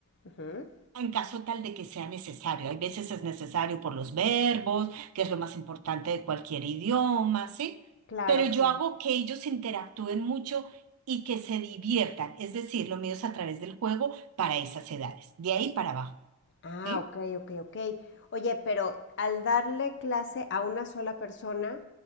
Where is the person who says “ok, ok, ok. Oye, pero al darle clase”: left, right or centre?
Left